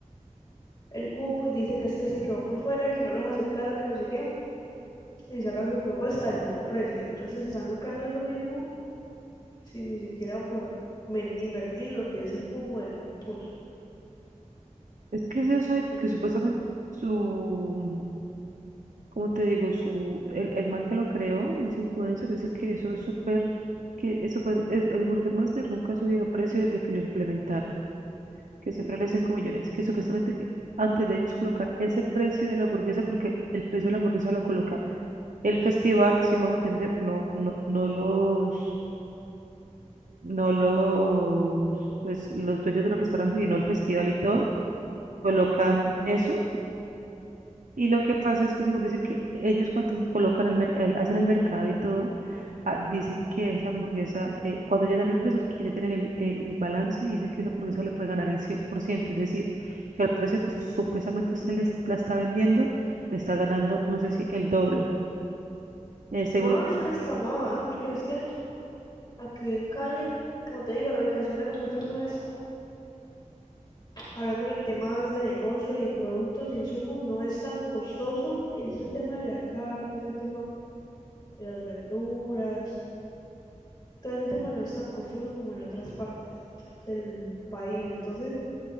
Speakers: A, on the left (about 35°); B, on the right (about 85°).
A: el cupo y dice que es que se quedó por fuera, que no los aceptaron, que no sé qué, y sacan su propuesta al mismo precio. Entonces se están lucrando de lo mismo sin ni siquiera por invertir lo que es el cupo del concurso.
B: Es que es eso, y porque supuestamente su, como te digo, su, el, el man que lo creó, ese influencer, dice que eso es súper, que es súper, es- el Burger Master nunca ha subido precio desde que lo implementaron. que siempre le hacen 5 millones, que supuestamente que antes de ellos colocar ese precio de la hamburguesa, porque el precio de la hamburguesa lo coloca El festival, si me hago entender, no, no, no los, no los, pues los dueños de los restaurantes, sino el festival y todo, colocan eso. Y lo que pasa es que según dice que ellos cuando colocan el, mer- el- hacen el mercado y todo, ah, dicen que esa hamburguesa, eh, cuando ya dan el precio es porque ya tienen el, el, el balance y dicen que esa hamburguesa le puede ganar el cien por ciento Es decir, que al precio que su- supuestamente usted les, la está vendiendo, le está ganando, no sé si el doble. Eh, según
A: No,
B: lo-
A: es que está más, porque es que Aquí en Cali, como te digo, la ubicación de nosotros no es, hablándolo en temas de negocio y productos, insumos, no es tan costoso. Ese tema de la carne, ese tema de las verduras, todo ese tema no es tan costoso como en otras partes del país. Entonces,